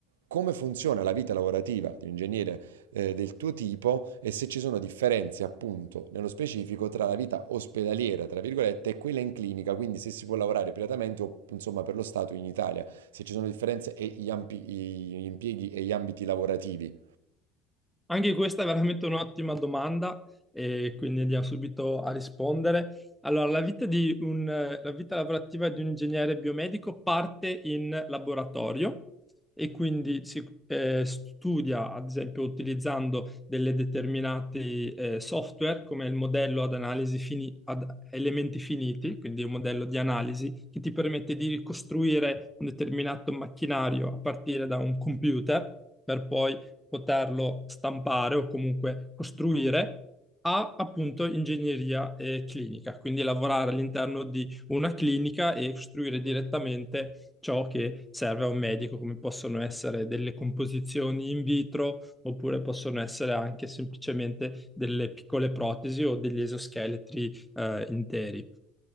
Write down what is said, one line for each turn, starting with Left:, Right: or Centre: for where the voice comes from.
Right: come funziona la vita lavorativa di un ingegnere eh, del tuo tipo e se ci sono differenze, appunto, nello specifico tra la vita ospedaliera, tra virgolette, e quella in clinica, quindi se si può lavorare privatamente o insomma per lo Stato in Italia, se ci sono differenze e gli ampi- gli impieghi e gli ambiti lavorativi.
Centre: Anche questa è veramente un'ottima domanda e quindi andiamo subito a rispondere. Allora, la vita di un, la vita lavorativa di un ingegnere biomedico parte in laboratorio e quindi si eh, studia, ad esempio, utilizzando delle determinati eh, software come il modello ad analisi fini- ad elementi finiti, quindi un modello di analisi che ti permette di ricostruire un determinato macchinario a partire da un computer per poi poterlo stampare o comunque costruire, a appunto ingegneria eh, clinica, quindi lavorare all'interno di una clinica e costruire direttamente ciò che serve a un medico, come possono essere delle composizioni in vitro oppure possono essere anche semplicemente delle piccole protesi o degli esoscheletri eh, interi.